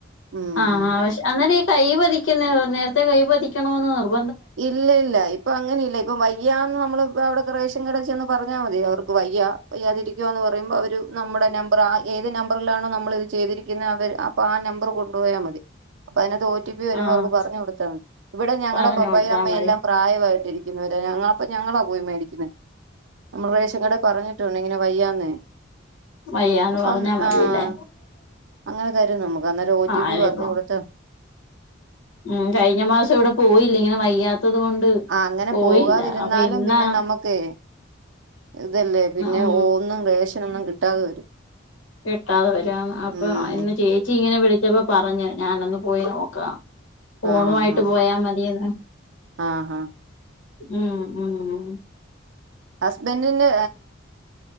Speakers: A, on the right; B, on the left.
A: ഉം
B: ആ പക്ഷെ അന്നേരം ഈ കൈ പതിക്കുന്ന നേരത്തെ കൈ പതിക്കണന്ന് നിക്ക
A: ഇല്ല ഇല്ല ഇപ്പൊ അങ്ങനെ ഇല്ല ഇപ്പം വയ്യന്ന് നമ്മള് ഇപ്പ അവിടെൊക്കെ റേഷൻ കടച്ച ഒന്ന് പറഞ്ഞാ മതി അവർക്ക് വയ്യ വയ്യാതിരിക്കുക എന്ന് പറയുമ്പോ അവര് നമ്മുടെ നമ്പർ ആ ഏത് നമ്പറിലാണോ നമ്മൾ ഇത് ചെയ്തിരിക്കുന്നത് അവ അപ്പൊ ആ നമ്പർ കൊണ്ടുപോയാൽ മതി അപ്പൊ അതിന ഒ ടി പി വരുമ്പോവർക്ക്
B: ആഹ്
A: പറഞ്ഞ കൊടുത്താണ് ഇവിടെ ഞങ്ങളുടെ
B: പറഞ്ഞു
A: പപ്പയും
B: കൊടുത്താ
A: അമ്മയെല്ലാം
B: മതി
A: പ്രായമായിട്ട് ഇരിക്കുന്നു ഞങ്ങ അപ്പൊ ഞങ്ങളാ പോയി മേടിക്കുന്നത് നമ്മൾ റേഷൻ കട പറഞ്ഞിട്ടുണ്ട് ഇങ്ങനെ വയ്യാന്ന്
B: ഉ വയ്യന്ന്
A: അപ്പം
B: പറഞ്ഞാ മതില്ലേ
A: ആഹ് അങ്ങനെ തരും നമുക്ക് അന്നേരം ഒ
B: ആ
A: ടി പി
B: അനപ്പോ
A: പറഞ്ഞു കൊടുത്ത്
B: ഉം കഴിഞ്ഞ മാസം ഇവിടെ പോയില്ല ഇങ്ങനെ വയ്യാത്ത ത്തത് കൊണ്ട്
A: ആ അങ്ങനെ
B: പോയില്ല
A: പോകാതിരുന്നാലും
B: അപ്പൊ ഇാ
A: പിന്നെ നമുക്ക് ഇതല്ലേ പിന്നെ
B: ഉം
A: ഒന്നും റേഷന ഒന്നും കിട്ടാതെ വരും
B: കിട്ടാതെ വരുന്ന് അപ്പൊ
A: ഉം
B: ഇന്ന് ചേച്ചി ഇങ്ങനെ വിളിച്ച പച്ചപ്പോ പറഞ്ഞഞ് ഞാാന അന്ന് പോയി നോക്കാം ഫഓണുമായിട്ട്
A: ആഹ് ആഹ്
B: പോയാ മതിയന്ന്ാ
A: ആഹ് ആഹ്
B: ഉം ഉം ഉ
A: ഹസ്ബൻറിിന്റെ